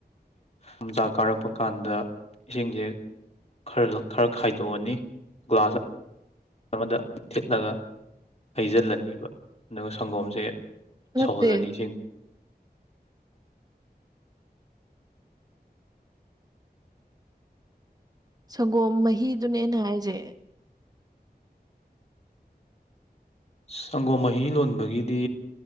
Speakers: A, on the left (about 40°); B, on the right (about 25°).
A: ꯄꯨꯝꯇꯥꯛ ꯀꯥꯔꯛꯄ ꯀꯥꯟꯗ ꯏꯁꯤꯡꯁꯦ ꯈꯔ ꯈꯔ ꯈꯥꯏꯗꯣꯛꯑꯅꯤ ꯒ꯭ꯂꯥꯁ ꯑꯃꯗ ꯊꯤꯠꯂꯒ ꯍꯩꯖꯤꯜꯂꯅꯦꯕ ꯑꯗꯨꯒ ꯁꯪꯒꯣꯝꯁꯦ
B: ꯅꯠꯇꯦ
A: ꯁꯧꯍꯣꯜꯂꯅꯤ ꯏꯁꯤꯡ
B: ꯁꯪꯒꯣꯝ ꯃꯍꯤꯗꯨꯅꯦꯩꯅ ꯍꯥꯏꯁꯦ
A: ꯁꯪꯒꯣꯝ ꯃꯍꯤ ꯂꯣꯟꯕꯒꯤꯗꯤ